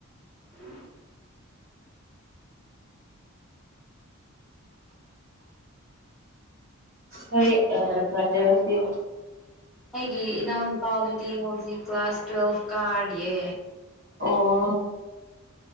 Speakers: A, in the centre; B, on the right.
A: ꯎ
B: ꯅꯣꯏ ꯑꯥ ꯕꯔ꯭ꯗꯔꯁꯗꯤ
A: ꯑꯩꯒꯤ ꯏꯅꯥꯎꯅꯨꯄꯥꯗꯨꯗꯤ ꯍꯧꯖꯤꯛ ꯀ꯭ꯂꯥꯁ ꯇꯨꯋꯦꯜꯐ ꯀꯥꯔꯤꯌꯦ
B: ꯑꯣ